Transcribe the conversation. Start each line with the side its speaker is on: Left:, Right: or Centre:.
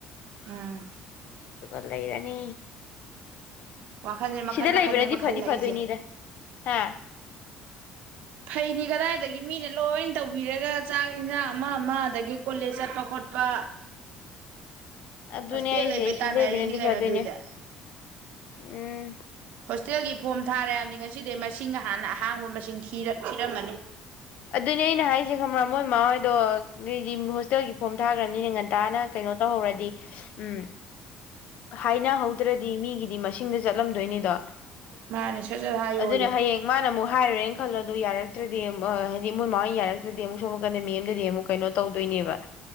Right: ꯎꯝ
Left: ꯑꯗꯨꯒ ꯂꯩꯔꯅꯤ
Right: ꯋꯥꯈꯜꯁꯦ ꯃꯈꯟ
Left: ꯁꯤꯗ
Right: ꯃꯈꯟꯅꯦꯕ
Left: ꯂꯩꯕꯅꯗꯤ
Right: ꯈꯜꯂꯛꯏꯁꯦ
Left: ꯐꯗꯤ ꯐꯗꯣꯏꯅꯤꯗ ꯍꯥ
Right: ꯐꯩꯅꯤ ꯀꯗꯥꯏꯗꯒꯤ ꯃꯤꯅ ꯂꯣꯏ ꯇꯧꯕꯤꯔꯒ ꯆꯥꯛ ꯌꯦꯟꯁꯥꯡ ꯑꯃ ꯑꯃ ꯑꯗꯒꯤ ꯀꯣꯂꯦꯖ ꯆꯠꯄ ꯈꯣꯠꯄ
Left: ꯑꯗꯨꯅꯦ
Right: ꯍꯣꯁꯇꯦꯜ
Left: ꯑꯩꯁꯦ
Right: ꯂꯩꯕꯩ ꯇꯥꯟꯅꯔꯤꯅꯤ
Left: ꯁꯤ ꯂꯩꯕꯅꯗꯤ
Right: ꯀꯩꯅꯣ
Left: ꯐꯗꯣꯏꯅꯦ
Right: ꯑꯗꯨꯏꯗꯤ
Left: ꯎꯝ
Right: ꯍꯣꯁꯇꯦꯜꯒꯤ ꯐꯣꯝ ꯊꯥꯔꯦꯍꯥꯏꯕꯅꯤ ꯉꯁꯤꯗꯩ ꯃꯁꯤꯡ ꯍꯥꯟꯅ ꯑꯍꯥꯡꯕ ꯃꯁꯤ ꯊꯤꯔ ꯊꯤꯔꯝꯃꯅꯤ
Left: ꯑꯗꯨꯅꯦ ꯑꯩꯅ ꯍꯥꯏꯁꯦ ꯈꯪꯕ꯭ꯔꯥ ꯃꯣꯏꯃꯥ ꯍꯣꯏꯗꯣ ꯒꯤꯗꯤ ꯍꯣꯁꯇꯦꯜꯒꯤ ꯐꯣꯝ ꯊꯥꯈꯒ꯭ꯔꯅꯤ ꯉꯟꯇꯥꯅ ꯀꯩꯅꯣ ꯇꯧꯍꯧꯔꯗꯤ ꯎꯝ ꯍꯥꯏꯅ ꯍꯧꯗ꯭ꯔꯗꯤ ꯃꯤꯒꯤꯗꯤ ꯃꯁꯤꯡꯗ ꯆꯠꯂꯝꯗꯣꯏꯅꯤꯗꯣ
Right: ꯃꯥꯅꯤ ꯁꯠ ꯁꯠ ꯍꯥꯏꯌꯣ
Left: ꯑꯗꯨꯅ
Right: ꯌꯣ
Left: ꯍꯌꯦꯡ ꯃꯥꯅ ꯑꯃꯨꯛ ꯍꯥꯏꯔꯨꯔꯦꯅ ꯈꯜꯂꯣ ꯑꯗꯨ ꯌꯥꯔꯛꯇ꯭ꯔꯗꯤ ꯍꯥꯏꯗꯤ ꯃꯣꯏ ꯃꯃꯥꯅ ꯌꯥꯔꯛꯇ꯭ꯔꯗꯤ ꯑꯃꯨꯛ ꯁꯣꯂꯛꯀꯅꯦ ꯃ ꯑꯦꯝꯗꯗꯤ ꯑꯃꯨꯛ ꯀꯩꯅꯣ ꯇꯧꯗꯣꯏꯅꯦꯕ